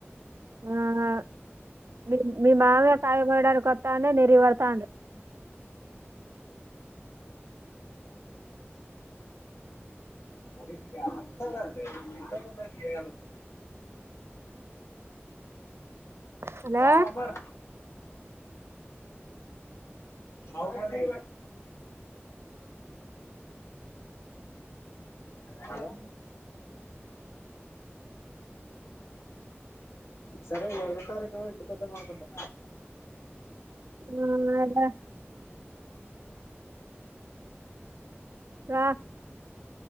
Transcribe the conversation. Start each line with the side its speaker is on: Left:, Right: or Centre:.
Right: ఆహా మీ మీ మావే కాయపోయడానికి కొత్త ానే నెరివడతా అడి
Left: అే అ తంగా ఇంత తందగతు
Right: హలో
Left: వావ అమర్ అ అది హలో సరే ఐవ తారీఖులో ఇంటికికద్దాం అనుకుంటున్నా
Right: ఆ అలా ఆ